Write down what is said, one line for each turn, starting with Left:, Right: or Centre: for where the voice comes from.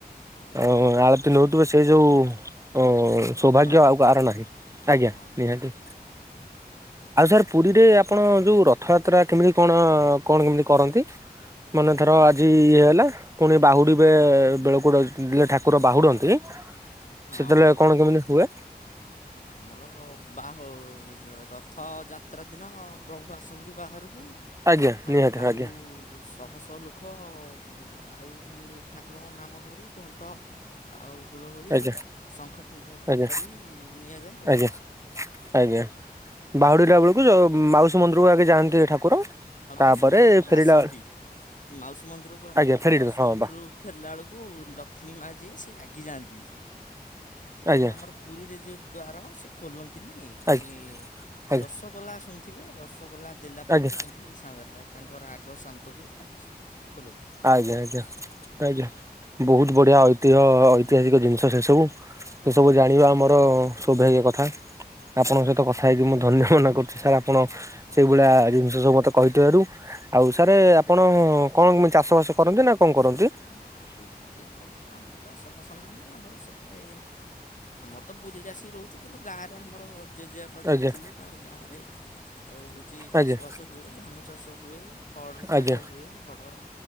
Left: ଆଜ୍ଞା
Right: ଆଉ
Left: ହଁ
Right: ଆଳତିୀ ନଉ। ସେଇ ଯଉ। ହ ସୌଭାଗ୍ୟ
Left: ଆନନ୍ଦ
Right: ଆଉ କାହାର ନାହିଁ ଆଜ୍ଞା
Left: ହଁ ବା
Right: ନିହାତି। ଆଉ ସାର୍ ପୁରୀରେ ଆପଣ ଯୋଉ ରଥଯାତ୍ରା କେମିତି କଣ କଣ କେମିତି କରନ୍ତି। ମାନେ ଧର
Left: ଆପଣ
Right: ଆଜି ଇଏ ହେଲା। ପୁଣି ବାହୁଡ଼ିବେ ଏ ବେଳକୁଡେ ଠାକୁର ବାହୁଡ଼ନ୍ତି।
Left: ହଁ
Right: ସେତେବେଳେ କଣ କେମିତି ହୁଏ।
Left: ଆମର ବାହୁ ରଥଯାତ୍ରା ଦିନ ପ୍ରଭୁ ଆସନ୍ତି ବାହାରକୁ।
Right: ଆଜ୍ଞା
Left: ଆଉ
Right: ନିହାତି
Left: ତାଙ୍କୁ
Right: ଆଜ୍ଞା
Left: ଶହ ଶହ ଲୋକ। ମୁଖ ଆଉ ଠାକୁରଙ୍କ ନାମ ଧରି ଘଣ୍ଟ। ଆଉ ହୁଳହୁଳି
Right: ଆଜ୍ଞା।
Left: ଶଙ୍ଖ ଫୁଙ୍ଖ ନ
Right: ଆଜ୍ଞା
Left: କରି। ନିଆଯାଏ
Right: ଆଜ୍ଞା। ଆଜ୍ଞା ବାହୁଡିଲା ବେଳକୁ ଯୋଉ ମାଉସୀ ମନ୍ଦିରକୁ ଆଗେ ଯାଆନ୍ତି ଠାକୁର।
Left: ମାଉସୀ
Right: ତାପରେ
Left: ମନ୍ଦିରରୁ
Right: ଫେରିଲା
Left: ଆସନ୍ତି ମାଉସୀ ମନ୍ଦିରକୁ
Right: ଆଜ୍ଞା ଫେରିଲେ
Left: ମାଉସୀ
Right: ହଁ
Left: ମନ୍ଦିରରୁ।
Right: ବା
Left: ଫେରିଲା ବେଳକୁ ଲକ୍ଷ୍ମୀ ମା ଯିଏ ସେ ରାଗିଯାଆନ୍ତି ଏଇ
Right: ଆଜ୍ଞା
Left: ଯୋଉ ଆମର। ପୁରୀରେ ଯୋଉ ଦ୍ଵାର ସେ ଖୋଲନ୍ତିନି ଫେଣି।
Right: ଆଜ୍ଞା ଆଜ୍ଞା
Left: ରସଗୋଲା ଶୁଣିଥିବେ ରସଗୋଲା ଦେଲା ପରେ
Right: ଆଜ୍ଞା
Left: ଯାଇଁକି। କି ତାଙ୍କର ରାଗ ଶାନ୍ତ ହୁଏ ତାପରେ ସେ ଖୋଲନ୍ତି।
Right: ଆଜ୍ଞା ଆଜ୍ଞା ଆଜ୍ଞା ବହୁତ୍ ବଢିଆ ଐତିହ ଐତିହାସିକ ଜିନିଷ ସେ ସବୁ। ସେ ସବୁ ଜାଣିବା ଆମର ସ୍ଵଭାଗ୍ୟ କଥା। ଆପଣଙ୍କ
Left: ହଁ
Right: ସହିତ କଥା ହେଇକି ମୁଁ ଧନ୍ୟ ମନେ କରୁଛି ସାର୍ ଆପଣ ସେଇଭଳିଆ
Left: ହଁ।
Right: ଜିନିଷ ସବୁ ମତେ। କହିଥିବାରୁ ଆଉ ସାରେ ଆପଣ କଣ ଚାଷ ବାସ କରନ୍ତି ନା କଣ କରନ୍ତି।
Left: ନା ଏପଟେ ତ ଆମର ଚାଷ ବାସ ନାହିଁ ଆମର ସେପଟେ। ଆମର ତ ପୁରୀରେ ଆସିିକି ରହୁଛୁ କିନ୍ତୁ ଗାଁରେ ଆମର। ଜେଜେବାପା ଯୋଉଠି
Right: ଆଜ୍ଞା
Left: ଥିଲେ ତାଙ୍କର ଗାଁରେ ହଉଛି
Right: ଆଜ୍ଞା
Left: ଚାଷ ବାସ ହୁଏ ଧାନ ଚାଷ ହୁଏ। ହଡ଼୍ର
Right: ଆଜ୍ଞା।
Left: ଚାଷ ହୁଏ ହଡ଼ର।